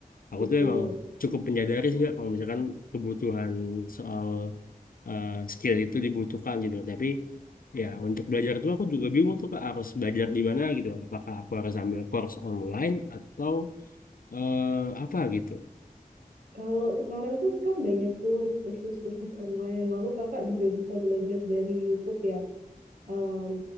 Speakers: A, on the left; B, on the right.
A: aku
B: betul.
A: tuh emang cukup menyadari sih nggak kalau misalkan kebutuhan soal eh, skill itu dibutuhkan gitu. Tapi Ya, untuk belajar itu aku juga bingung tuh Kak, harus belajar di mana gitu. Apakah aku harus ambil course online atau eh, apa gitu?
B: Kalau sekarang tuh kan banyak tuh kursus-kursus online. Lalu Kakak juga bisa belajar dari YouTube ya. Em,